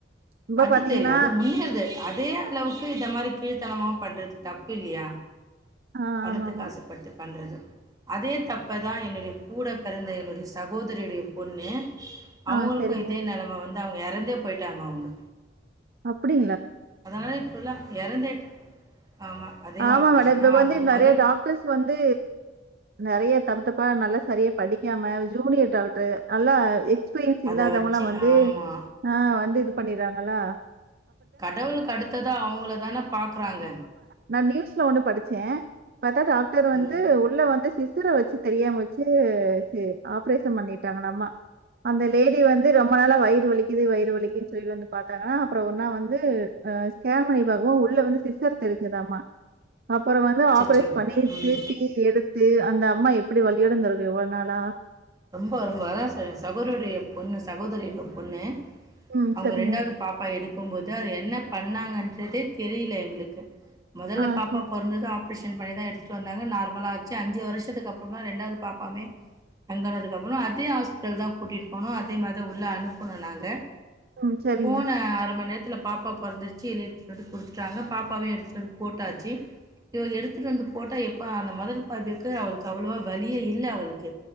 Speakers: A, on the right; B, on the right.
A: இப்ப
B: அது
A: பாத்தீங்கன்னா
B: தெரியும் அது முன்னேறுது அதே அளவுக்கு இந்த மாரி கீழ்த்தனமா பண்றது தப்பு இல்லியா
A: ஆ
B: பணத்து
A: ஆமாமா.
B: காசப்பட்டு பண்ணுறது அதே தப்ப தான் என்னுடைய கூட பிறந்த என்னுடைய சகோதரியுடைய பொண்ணு
A: ஆ
B: அவுங்களுக்கு
A: சரிங்க.
B: இதே நெலம வந்து அவுங்க இறந்தே போயிட்டாங்க அவுங்க
A: அப்படி
B: அதனால இப்பல்லாம் இறந்ததேட்டாங் ஆமா அதே
A: ஆமா
B: ஆப்ரேஷன்
A: மேடம் இப்ப
B: தான் அவங்களுக்கு
A: வந்து நெறைய
B: முதல்
A: டாக்டர்ஸ் வந்து நெறைய தப்பா நல்லா சரியா படிக்காம ஜூனியர் டாக்டர் நல்லா எ எக்ஸ்பிரியன்ஸ் இல்லாதவங்களாம்
B: அத வச்சு
A: வந்து
B: ஆமா.
A: ஆஹ் வந்து பண்ணிறாங்களா
B: கடவுள்க்கு அடுத்ததா அவங்கள தான பாக்குறாங்க
A: நா நியூஸ்ல ஒன்னு படிச்சே பார்த்தா டாக்டர் வந்து
B: ம்.
A: உள்ள வந்து சிஸ் த்துல வச்சு தெரியாம வச்சு <unintelligible> ஆப்ரேஷன் பண்ணிட்டாங்களாம்மா அந்த லேடி வந்து ரொம்ப நாள வயிறு வலிக்குது வயிறு வலிக்குன்னு சொல்லிட்டு வந்து பா்த்தாங்கன்னா அப்றோ ஒருனா வந்து அ ஸ்கேன் பண்ணி பாக்கும்போ உள்ள வந்து சிஸர் தெரிஞ்சுதாமா அப்புறோ வந்து
B: அச்சச்சோ!
A: ஆப்ரேஷ் பண்ணி
B: ம்.
A: திருப்பி எடுத்து அந்த அம்மா எப்டி வலியோடுருந் இவ்ளோ நாளா
B: ரொம்ப ரொம்ப அதா ச சகோதரியுடைய பொண்ணு சகோதரியுட பொண்ணு
A: ம்.
B: அவங்க
A: சரிங்க.
B: ரெண்டாவது பாப்பா எடுக்க இருக்கும் போது அது என்ன பண்ணாங்கன்றதே தெரில எங்களுக்கு மொதல்ல
A: ஆ
B: பாப்பா
A: சரி.
B: பொறந்தது ஆப் ஆப்ரேஷன் பண்ணிதா எடுதுட் வந்தாங்கா நார்மலாச்சு அஞ்சி வருஷத்துக்கு அப்றமா ரெண்டாவது பாப்பாமே வெங்கனதுக்கு அப்றோ அதே ஹாஸ்பிட்டல் தா கூட்டிட்டு போணு அதே மாதி தா உள்ள அனுப்ணோ நாங்க
A: ம். சரிங்க.
B: போன அர மணி நேரத்ல பாப்பா பொறந்துடுச்சு எ எடுத்துட்டு வந்து குடுத்துட்டாங்க பாப்பாவையு எடுத்துட்டு வந்து போட்டாச்சு இவங்க எடுத்துட்டு வந்து போட்டா எப்ப அந்த முதல் பாகுக்கு அவளுக்கு அவ்வளோவா வலியே இல்ல அவளுக்கு